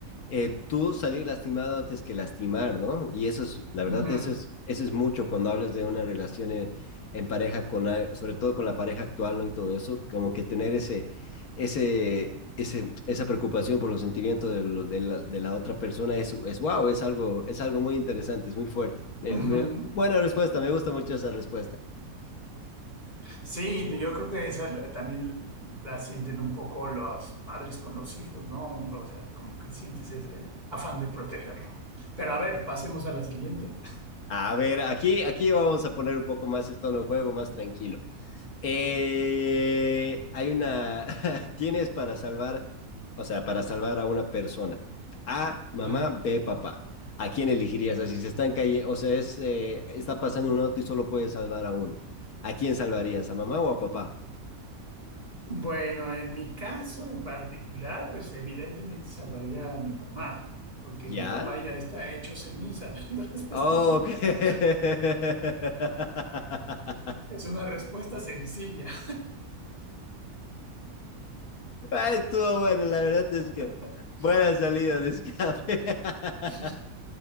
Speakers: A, on the left (about 75°); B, on the right (about 30°).
A: eh, tú salir lastimado antes que lastimar, ¿no? Y eso es, la verdad,
B: ujú,
A: eso es, eso es mucho cuando hablas de una relación en, en pareja, con, a- sobre todo con la pareja actual, ¿no? Y todo eso, como que tener ese, ese, ese, esa preocupación por los sentimientos de, lo- de la, de la otra persona es, es wow, es algo, es algo muy interesante, es muy fuerte. Me-
B: ujú.
A: me- buena respuesta, me gusta mucho esa respuesta.
B: Sí, yo creo que esa la- también la sienten un poco los padres con los hijos, ¿no? O sea, como que sientes ese afán de protegerlo. Pero a ver, pasemos a la siguiente.
A: A ver, aquí, aquí vamos a poner un poco más el tono de juego, más tranquilo. Eh, hay una, <laughs> tienes para salvar, o sea, para salvar a una persona. A, mamá,
B: Ah,
A: B, papá. ¿A quién elegirías? O sea, si se están cayendo, o sea, es, eh, está pasando un auto y solo puedes salvar a uno. ¿A quién salvarías? ¿A mamá o a papá?
B: bueno, en mi caso en particular, pues evidentemente salvaría a mi mamá, porque
A: ¿Ya?
B: mi papá ya está hecho cenizas, <laughs> entonces
A: Oh,
B: no
A: Ok.
B: creo.
A: <laughs>
B: Es una respuesta sencilla.
A: Ah, Estuvo bueno, la verdad es
B: <laughs>
A: que buena salida de escape. <laughs>
B: <laughs>